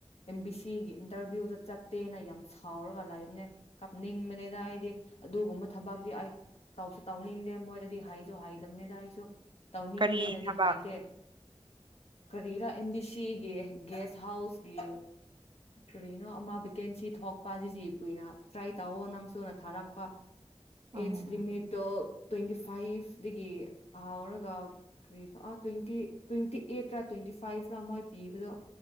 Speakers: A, on the left; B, on the right.
A: ꯑꯦꯝ ꯕꯤ ꯁꯤꯒꯤ ꯏꯟꯇꯔꯚꯤꯌꯨꯗ ꯆꯠꯇꯦꯅ ꯌꯥꯝ ꯁꯥꯎꯔꯒ ꯂꯥꯏꯕꯅꯦ ꯀꯥꯞꯅꯤꯡꯕꯅꯤꯗ ꯑꯩꯗꯤ ꯑꯗꯨꯒꯨꯝꯕ ꯊꯕꯤ ꯑꯩ ꯇꯧꯁꯨ ꯇꯧꯅꯤꯡꯗꯦ ꯃꯣꯏꯗꯗꯤ ꯍꯥꯏꯁꯨ ꯍꯥꯏꯗꯝꯅꯤꯗ ꯑꯩꯁꯨ ꯇꯧꯅꯤꯡꯗꯦꯅꯗꯤ
B: ꯀꯔꯤ ꯊꯕꯛ
A: ꯍꯥꯏ ꯗꯦ ꯀꯔꯤꯔꯥ ꯑꯦꯝꯕꯤ ꯁꯤꯒꯤ ꯒꯦꯁ ꯍꯥꯎꯁꯀꯤ ꯀꯔꯤꯅꯣ ꯑꯃ ꯚꯦꯀꯦꯟꯁꯤ ꯊꯣꯛꯄ ꯖꯤꯖꯤ ꯀꯨꯏꯅ ꯇ꯭ꯔꯥꯏ ꯇꯧꯑꯣ ꯅꯪꯁꯨꯨꯅ ꯊꯥꯔꯛꯄ
B: ꯑꯣ
A: ꯑꯦꯖ ꯂꯤꯃꯤꯠꯇꯣ ꯇ꯭ꯋꯦꯟꯇꯤ ꯐꯥꯏꯚꯗꯒꯤ ꯍꯥꯎꯔꯒ ꯀꯔꯤ ꯇ꯭ꯋꯦꯟꯇꯤ ꯇ꯭ꯋꯦꯟꯇꯤ ꯑꯩꯠꯇ꯭ꯔꯥ ꯇ꯭ꯋꯦꯟꯇꯤ ꯐꯥꯏꯚ ꯔꯥ ꯃꯣꯏ ꯄꯤꯕꯗꯣ